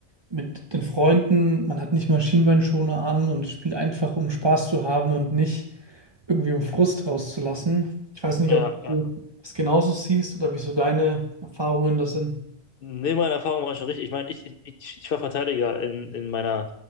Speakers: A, on the right (about 30°); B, on the left (about 60°).
A: mit den Freunden. Man hat nicht Maschinenbeinschoner an und spielt einfach, um Spaß zu haben und nicht irgendwie um Frust rauszulassen. Ich weiß nicht,
B: Ja,
A: ob
B: ja.
A: du das genauso siehst oder wieso deine Erfahrungen das sind.
B: Nee, meine Erfahrung war schon richtig. Ich meine, ich, ich, ich war Verteidiger in, in meiner